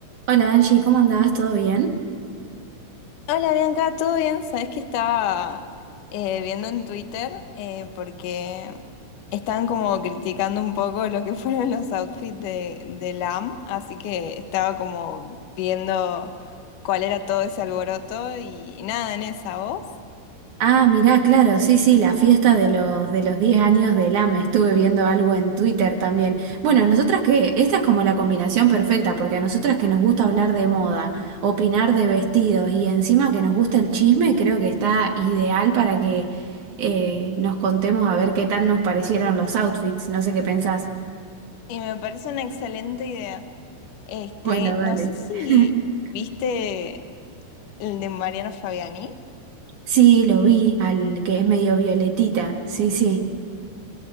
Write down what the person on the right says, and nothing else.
Hola Angie, ¿cómo andabas? ¿Todo bien?
Ah, mirá, claro, sí, sí, la fiesta de los, de los 10 años del AME. Estuve viendo algo en Twitter también. Bueno, nosotras que, esta es como la combinación perfecta, porque a nosotras que nos gusta hablar de moda, opinar de vestidos y encima que nos gusta el chisme, creo que está ideal para que eh, nos contemos a ver qué tal nos parecieron los outfits. No sé qué pensás.
Bueno, dale.
<laughs>
Sí, lo vi, al que es medio violetita. Sí, sí.